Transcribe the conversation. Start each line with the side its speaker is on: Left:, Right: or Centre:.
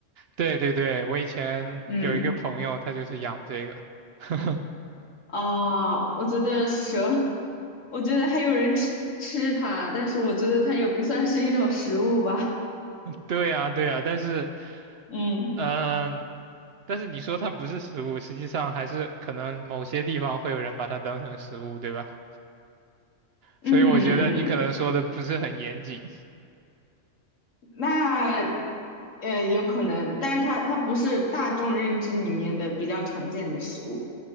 Right: 对对对，我以前有一个朋友，
Left: 嗯，
Right: 他就是养这个。<laughs>
Left: 哦，我觉得蛇，我觉得还有人吃吃它，但是我觉得它也不算是一种食物吧。
Right: 对呀对呀，但是，
Left: 嗯。
Right: 嗯、但是你说它不是食物，实际上还是可能某些地方会有人把它当成食物，对吧？
Left: 嗯，
Right: 所以我觉得你可能说的不是很严谨。
Left: 那呃有可能，但是它它不是大众认知里面的比较常见的食物。